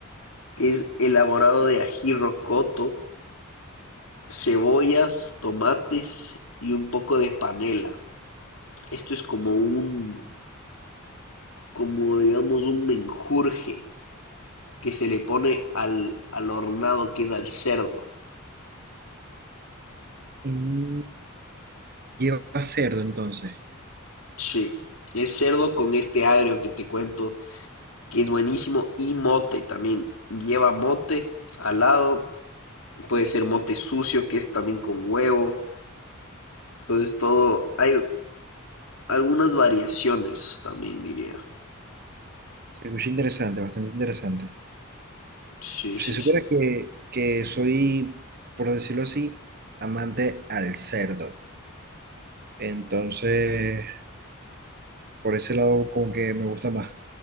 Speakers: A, on the left (about 80°); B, on the right (about 45°).
A: que es elaborado de ají rocoto, cebollas, tomates y un poco de panela. Esto es como un, como digamos un menjurje que se le pone al, al hornado que es al cerdo.
B: Mm, lleva cerdo entonces,
A: Sí, es cerdo con este agrio que te cuento, que es buenísimo, y mote también. Lleva mote al lado, puede ser mote sucio, que es también con huevo. Entonces todo, hay algunas variaciones también diría.
B: se escucha interesante, bastante interesante.
A: Sí,
B: Si
A: sí,
B: supiera
A: sí.
B: que, que soy, por decirlo así, amante al cerdo, entonces por ese lado como que me gusta más.